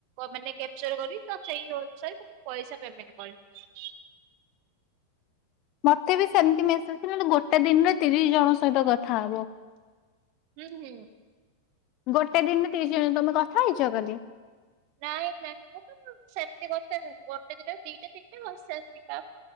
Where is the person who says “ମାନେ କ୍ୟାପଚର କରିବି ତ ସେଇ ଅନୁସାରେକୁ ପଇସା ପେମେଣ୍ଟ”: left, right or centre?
Right